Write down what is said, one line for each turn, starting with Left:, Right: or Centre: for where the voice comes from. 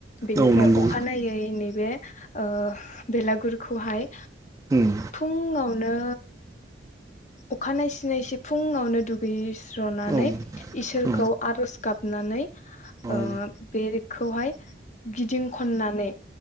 Left: बिनिफ्राय
Right: औ नंगौ
Left: अखानायै नैबे ओ बेलागुरखौहाय
Right: उम
Left: फुंआवनो अखानायसि नायसि फुं फुङावनो दुगैयो स्रनानै
Right: औ
Left: इसोरखौ
Right: औ
Left: आरज गाब नानै
Right: औ
Left: ओ बे खौहाय गिदिं खननानै